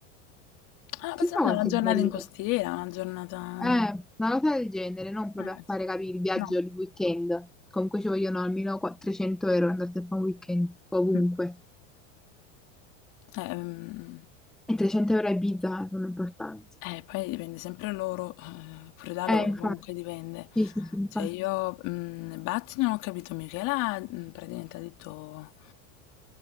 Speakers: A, on the left; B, in the centre.
A: Ah,
B: Ci
A: possiamo
B: sta
A: andare
B: qualche
A: una giornata
B: bello.
A: in costiera, una giornata...
B: Eh, una cosa del genere, non proprio
A: Eh,
B: a fare,
A: sì.
B: capire il viaggio
A: no.
B: di weekend. Comunque ci vogliono almeno qua- 300 euro andate a fare un weekend, ovunque.
A: Mm. Eh, ehm,
B: E 300 euro a Ibiza sono importanti.
A: eh, poi dipende sempre loro, eh, pure da
B: Eh,
A: loro,
B: infatti,
A: comunque dipende.
B: sì, sì, sì, infatti.
A: Cioè io, mm, Batti non ho capito, Michela mm, praticamente ha detto